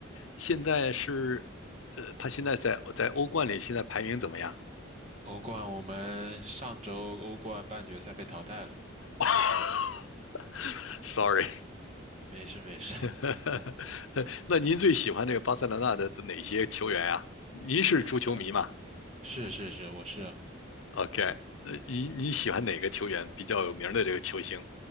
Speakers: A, on the left; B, on the right.
A: 现在是，呃，他现在在在欧冠里现在排名怎么样
B: 欧冠我们上周欧冠半决赛被淘汰了，
A: <laughs>？Sorry，
B: 没事没事，
A: <laughs> 那您最喜欢这个巴塞罗那的的哪些球员啊？您是足球迷嘛
B: <laughs> 呃，是是是，我是啊。
A: ？OK，呃，您你喜欢哪个球员比较有名的这个球星？